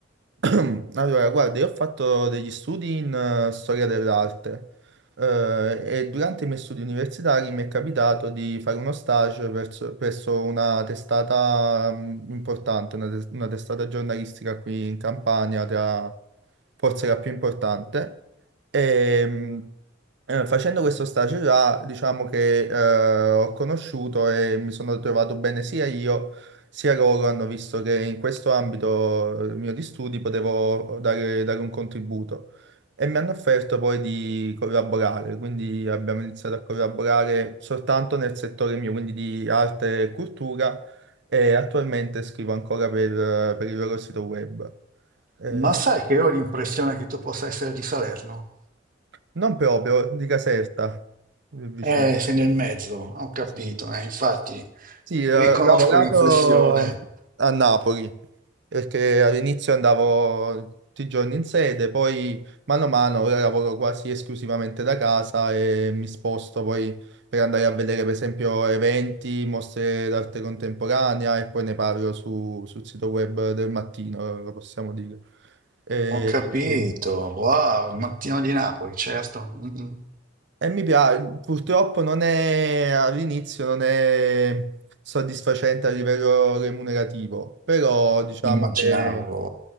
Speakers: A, on the right; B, on the right.
A: <clears throat> Allora, guarda, io ho fatto degli studi in eh, storia dell'arte eh, e durante i miei studi universitari mi è capitato di fare uno stage verso- presso una testata mm, importante, una, tes- una testata giornalistica qui in Campania, tra, forse la più importante. E, eh, facendo questo stage là, diciamo che eh, ho conosciuto e mi sono trovato bene sia io sia loro, hanno visto che in questo ambito eh, mio di studi potevo dare, dare un contributo e mi hanno offerto poi di collaborare, quindi abbiamo iniziato a collaborare soltanto nel settore mio, quindi di arte e cultura e attualmente scrivo ancora per, per il loro sito web. Eh,
B: Ma sai che io ho l'impressione che tu possa essere di Salerno?
A: non proprio, di Caserta, vicino.
B: Eh, sei nel mezzo, ho capito,
A: Sì,
B: eh, infatti
A: Sì, eh,
B: riconosco
A: ho lavorato
B: l'inflessione.
A: a Napoli perché all'inizio andavo tutti i giorni in sede, poi mano a mano ora lavoro quasi esclusivamente da casa e mi sposto poi per andare a vedere per esempio eventi, mostre d'arte contemporanea e poi ne parlo su- sul sito web del mattino, lo possiamo dire. E-
B: Ho capito,
A: e-
B: wow, il mattino di Napoli, certo, mhm.
A: E mi piace, purtroppo non è all'inizio non è soddisfacente a livello remunerativo, però diciamo
B: Immaginavo.
A: che